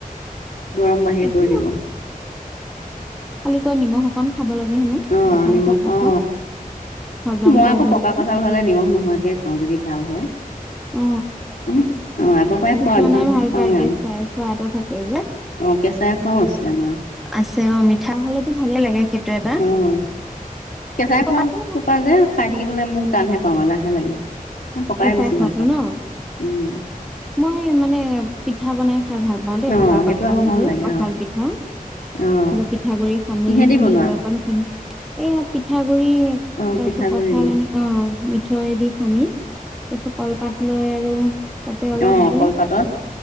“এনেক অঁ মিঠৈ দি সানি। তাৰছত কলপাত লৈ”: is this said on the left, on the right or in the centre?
Centre